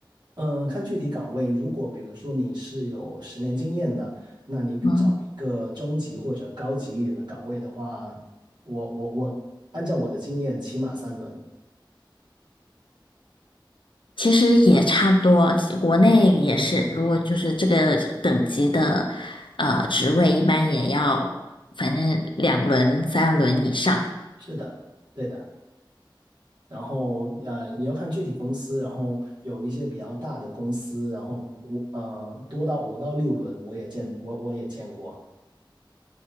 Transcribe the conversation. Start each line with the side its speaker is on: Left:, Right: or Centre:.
Right: 嗯，看具体岗位。如果比如说你是有十年经验的，那你找一个中级或者高级一点的岗位的话，
Left: 嗯
Right: 我我我按照我的经验，起码三轮。
Left: 其实也差不多，国内也是，
Right: 嗯，
Left: 如果就是这个等级的呃职位，一般也要反正两轮、三轮以上，
Right: 是的，对的。然后呃，也要看具体公司。然后有一些比较大的公司，然后我呃多到五到六轮，我也见我我也见过。